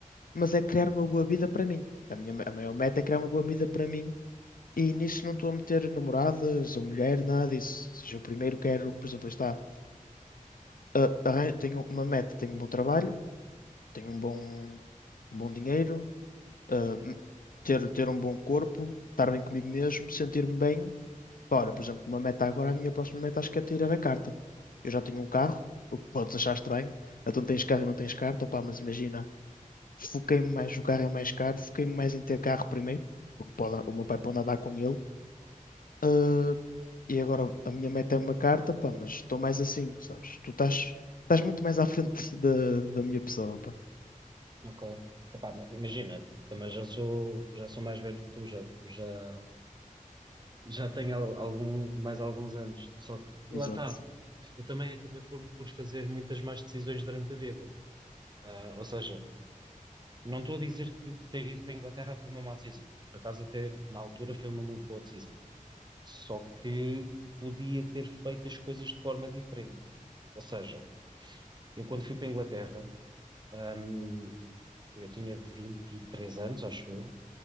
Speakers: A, on the left; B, on the right.
A: mas é criar uma boa vida para mim. A minha, a maior meta é criar uma boa vida para mim e nisso não estou a meter namoradas ou mulher, nada disso. Ou seja, eu primeiro quero, por exemplo, está ah, arran- tenho uma meta, tenho um bom trabalho, tenho um bom, um bom dinheiro, ah, m- ter, ter um bom corpo, estar bem comigo mesmo, sentir-me bem. Ora, por exemplo, uma meta agora, a minha próxima meta acho que é tirar a carta. Eu já tenho um carro, o que podes achar estranho. Então tens carro e não tens carta, opá, mas imagina, foquei-me mais, o carro é mais caro, foquei-me mais em ter carro primeiro, o que pode, o meu pai pode andar com ele. Ah, e agora a minha meta é uma carta, pá, mas estou mais assim, sabes? Tu estás, estás muito mais à frente <laughs> da, da minha pessoa, pá.
B: ok. Epá, ma- imagina, também já sou, já sou mais velho que tu, já, já, já tenho al- algum, mais alguns anos. Só que lá
A: Exato,
B: está. Eu também acabei por, por fazer muitas más decisões durante a vida. Ah, ou seja, não estou a dizer que que ter ido para a Inglaterra foi uma má decisão. Por acaso, até na altura, foi uma muito boa decisão. Só que podia ter feito as coisas de forma diferente. Ou seja, eu quando fui para a Inglaterra. Ahm, eu tinha 23 anos, acho eu,